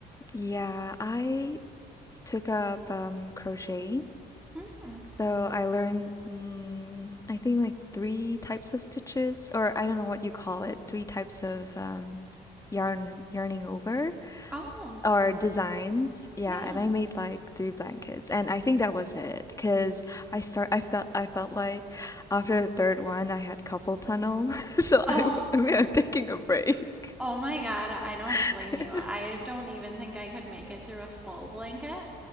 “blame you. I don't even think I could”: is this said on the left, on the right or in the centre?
Centre